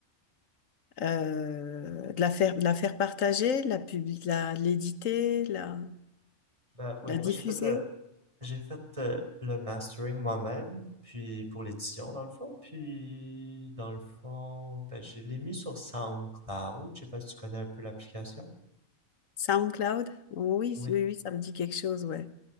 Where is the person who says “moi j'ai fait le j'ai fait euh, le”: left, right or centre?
Right